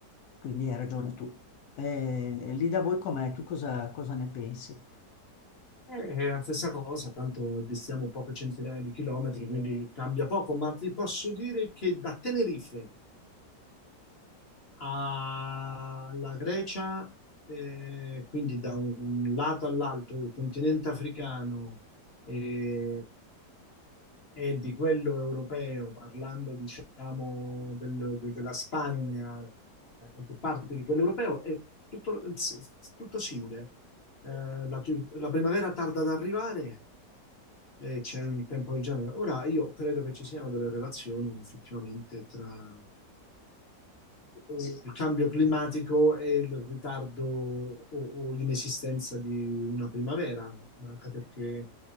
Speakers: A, on the left (about 70°); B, on the left (about 35°).
A: quindi hai ragione tu. Eh, lì da voi com'è? Tu cosa, cosa ne pensi?
B: Eh, È la stessa cosa, tanto distiamo poche centinaia di chilometri, quindi cambia poco, ma ti posso dire che da Tenerife alla Grecia, eh, quindi da un lato all'altro del continente africano eh, e di quello europeo, parlando diciamo del- de- della Spagna, eh, che parte di quello europeo, è tutto, tutto simile. Eh, la, la primavera tarda ad arrivare e c'è un tempo del genere. Ora, io credo che ci siano delle relazioni effettivamente tra eh,
A: Sì.
B: il cambio climatico e il ritardo o, o l'inesistenza di una primavera, ma anche perché,